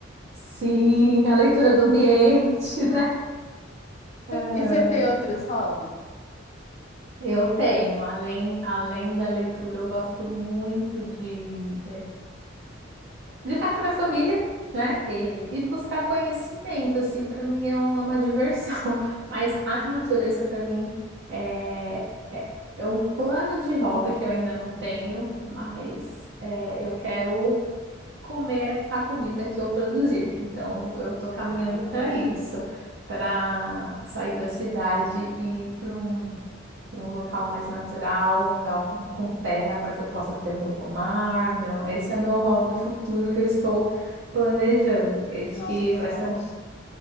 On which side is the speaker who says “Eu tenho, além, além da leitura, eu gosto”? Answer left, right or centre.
Right